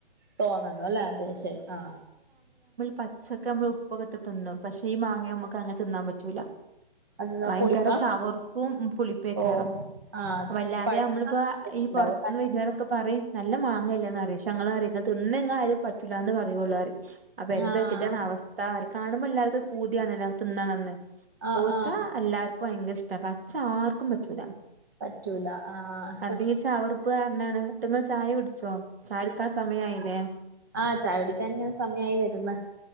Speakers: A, on the right (about 20°); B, on the right (about 65°).
A: തോന്നണ അല്ലേ അത ശരി ആഹ
B: പച്ചൊക്കെ നമ്മൾ ഉപ്പൊ കെട്ട് ന്ന പക്ഷെ ഈ മാങ്ങ നമുക്ക് അങ്ങനെ തിന്നാൻ പറ്റൂല
A: അതെന്താ
B: ഭയങ്കര
A: പുളിപ്പാ
B: ചവർപ്പും പുളിപ്പ് എക്കാരം
A: ഓ ആഹ് അത്
B: അപ്പ എല്ലാരെയും
A: ശരി
B: നമ്മളിപ്പോ
A: പഴുത്തിട്ടുണ്ടാവുംല്ലേ
B: ഈ പുറത്തുന്ന് വരുന്നവരൊക്കെ പറയും നല്ല മാങ്ങല്ലാന്ന് പറ ഞങ്ങളും പറയാ ഇങ്ങള് തിന്നു കഴ്ഞ്ഞാ പറ്റില്ലന്ന് പറയുള്ളള്ളാര് അപ്പൊ എന്തൊക്ക
A: ആഹ്
B: ഇതാണ് അവസ്ഥാ കാണുമ്പോ എല്ലാവർക്കും ഒരു പൂതിയാണ്ല്ല തിന്നാണന്ന്
A: ആഹ്
B: പൊവ്താ
A: ആഹ്
B: എല്ലാർക്കും ഭയങ്കരിഷ്ട്ട പക്ഷെ ആർക്കും പറ്റൂല
A: പറ്റൂല ആഹ്
B: അതി ചവറുപ്പ് കാരണാണ് ന്നട്ട് ങ്ങൾ ചായ കുടിച്ചോ ചയ കുടിക്കാൻ സമയയിലെ
A: ആഹ ചായ കുടിക്കൻ ഇങ്ങനെ സമയായി വരുന്ന്